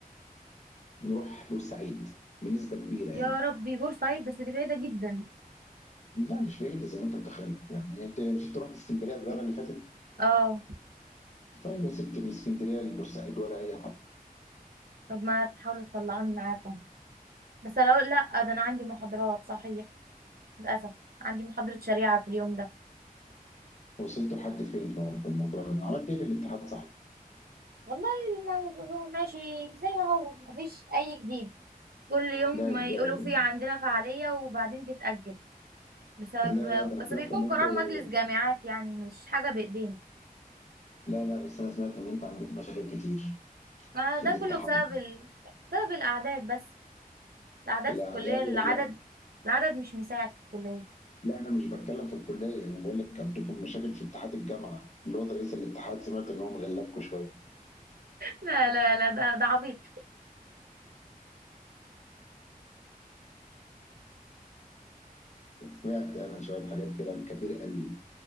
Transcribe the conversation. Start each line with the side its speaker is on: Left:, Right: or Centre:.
Left: نروح بورسعيد بنسبة كبيرة
Right: يا
Left: يعني
Right: ربي بورسعيد بس دي بعيدة جدا
Left: لا مش بعيدة زي ما أنت متخيل يعني أنت مش تروح اسكندرية الزيارة اللي فاتت
Right: اه
Left: طيب يا ستي من اسكندرية لبورسعيد ولا أي حاجة
Right: طب ما تحاولوا تطلعوني معاكم بس انا اقول لا ده انا عندي محاضرات صحيح للاسف عندي محاضرة شريعة في اليوم ده
Left: وصلت لحد فين في في الموضوع ده؟ عملت إيه في الاتحاد صحيح؟
Right: والله الموضوع <laughs> ماشي زي ما هو مفيش اي جديد كل يوم
Left: لا
Right: ما
Left: إزاي؟
Right: يقولوا في عندنا فعالية وبعدين تتأجل بسبب
Left: لا لا ده أنا
Right: بس
Left: سمعت
Right: بيكون
Left: إن
Right: قرار
Left: أنتوا
Right: مجلس جامعات يعني مش حاجة بايدينا
Left: لا لا بس أنا سمعت إن أنتوا عندكم مشاكل كتير
Right: ما
Left: في
Right: ده
Left: الاتحاد
Right: كله بسبب ال... بسبب الاعداد بس الاعداد
Left: لا
Right: في الكلية
Left: لا
Right: العدد العدد مش مساعد في الكلية
Left: لا انا مش بتكلم في الكليه انا بقول لك عندكم مشاكل في اتحاد الجامعه الواد رئيس الاتحاد سمعت ان هو مغلفكم شويه
Right: لا لا لا ده ده عبيط
Left: سمعت انا شويه حاجات كده الكبير قال لي